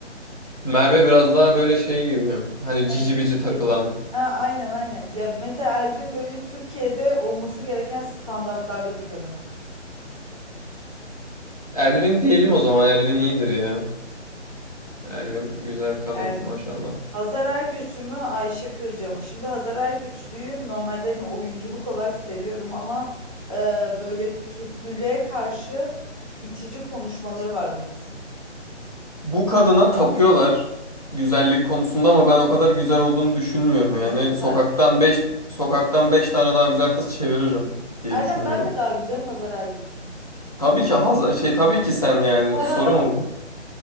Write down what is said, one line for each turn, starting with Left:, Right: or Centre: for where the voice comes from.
Left: Merve biraz daha böyle şey gibi. Hani cici
Right: Evet,
Left: bici takılan.
Right: evet. Ha, aynen aynen. Ya mesela Elvin böyle Türkiye'de olması gereken standartlarda bir kadın.
Left: Elvin diyelim o zaman. Elvin iyidir ya. Elvin güzel kadın
Right: Elvin
Left: maşallah.
Right: iyiydi. Hazar Ergüç'ü mü Ayşe Kırca mı? Şimdi Hazar Ergüçlü'yü normalde hani oyunculuk olarak seviyorum ama e, böyle Türklülüğe karşı itici konuşmaları var bu kızın.
Left: Bu kadına tapıyorlar güzellik konusunda ama ben o kadar güzel olduğunu düşünmüyorum yani.
Right: İyi
Left: Sokaktan
Right: zaten.
Left: beş sokaktan 5 tane daha güzel kız çeviririm diye
Right: Erdem
Left: düşünüyorum.
Right: ben mi daha güzelim Hazar Ergüç'üm?
Left: Tabii ki haz şey tabii ki sen yani
Right: <laughs>
Left: soru mu bu?